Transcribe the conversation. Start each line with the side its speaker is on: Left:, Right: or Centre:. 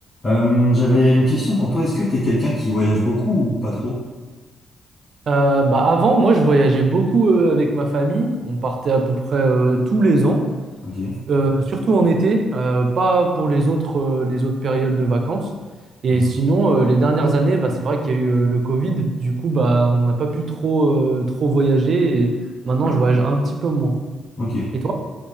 Left: Euh, j'avais une question pour toi. Est-ce que tu es quelqu'un qui voyage beaucoup ou pas trop?
Right: Euh, bah avant, moi, je voyageais beaucoup euh, avec ma famille. On partait à peu près euh, tous les ans,
Left: Ok.
Right: euh, surtout en été, euh, pas pour les autres, euh, les autres périodes de vacances. Et
Left: Mhm.
Right: sinon, euh, les dernières années, bah, c'est vrai qu'il y a eu euh, le Covid. Du coup, bah, on n'a pas pu trop, euh, trop voyager. Et maintenant, je voyage un petit peu moins.
Left: Ok.
Right: Et toi?